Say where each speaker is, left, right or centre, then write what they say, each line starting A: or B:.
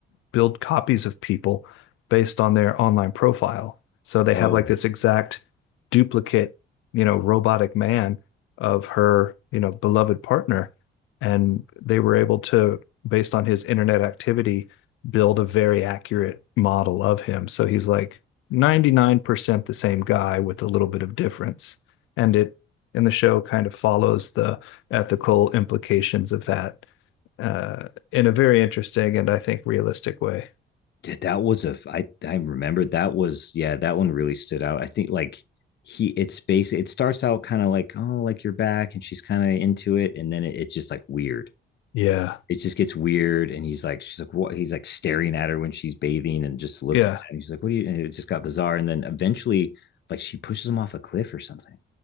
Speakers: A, on the left; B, on the left.
A: build copies of people based on their online profile. So they
B: Oh,
A: have like this exact duplicate, you know, robotic man of her, you know, beloved partner. And they were able to, based on his internet activity, build a very accurate model of him. So he's like 99% the same guy with a little bit of difference. And it in the show kind of follows the ethical implications of that uh, in a very interesting and I think realistic way.
B: Dude, that was a I I remember that was yeah, that one really stood out. I think like he it's basic it starts out kind of like, oh, like you're back, and she's kind of into it, and then it, it's just like weird.
A: Yeah.
B: It just gets weird, and he's like, she's like, what? He's like staring at her when she's bathing and just looking
A: Yeah.
B: at him. She's like, what do you? And it just got bizarre, and then eventually, like, she pushes him off a cliff or something,